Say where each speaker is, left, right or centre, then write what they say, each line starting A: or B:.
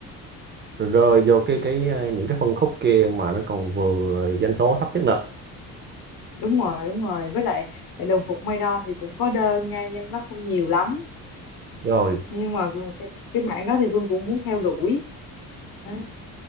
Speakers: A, on the right (about 30°); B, on the left (about 65°).
A: rơi vô cái cái ờ, những cái phân khúc kia mà nó còn vừa doanh số thấp nhất nữa
B: đúng rồi đúng rồi với lại đồng phục may đo thì cũng có đơn nha nhưng nó không nhiều lắm
A: rồi
B: nhưng mà cái cái mảng đó thì Vương cũng muốn theo đuổi đó.